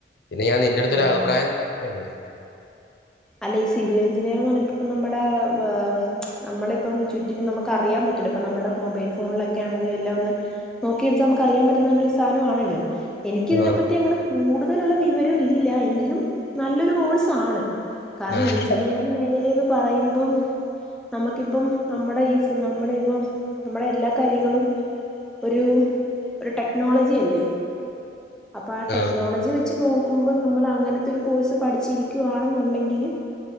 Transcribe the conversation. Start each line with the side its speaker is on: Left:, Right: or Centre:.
Left: പിന്നെ ഞാൻ നിന്റെട്ത്തോര്
Centre: ആ
Left: രഭിപ്രായം ചോയ്ച്ചെന്നെള്ളു
Centre: അല്ലെ ഈ സിവിൽ എഞ്ചിനീയർ എന്ന് പറഞ്ഞ ഇപ്പ നമ്മടെ അ നമ്മളിപ്പം ചുറ്റിനും നമുക്കറിയാം പറ്റൊല്ലോ ഇപ്പ നമ്മടെ മൊബൈൽ ഫോണിലൊക്കെ ആണെങ്കിലും എല്ലാം ഒന്ന് നോക്കിയെടുത്ത നമുക്കറിയാൻ പറ്റുന്ന ഒരു സാനംമാണല്ലോ എനിക്ക് ഇതിനെപ്പറ്റി
Left: ആഹ്
Centre: അങ്ങനെ കൂടുതലുള്ള വിവരവും ഇല്ല എങ്കിലും നല്ലൊരു കോഴ്സാണ് കാരണം
Left: ആഹ്
Centre: എഞ്ചിനിയർ മേഖ ലെ പറയുമ്പം നമുക്കിപ്പം നമ്മടെ ഈ സ് നമ്മടെ ഇപ്പം നമ്മുടെ എല്ലാ കാര്യങ്ങളും ഒരു ഒരു ടെക്നോളജി യല്ലേ അപ്പൊ ആ ടെക്നോളജി
Left: ആഹ്
Centre: വെച്ച് നോ കുമ്പം നമ്മൾ അങ്ങനത്തെ ഒരു കോഴ്സ് പഠിച്ചിരിക്കുവാണ് ന്നുണ്ടെങ്കില്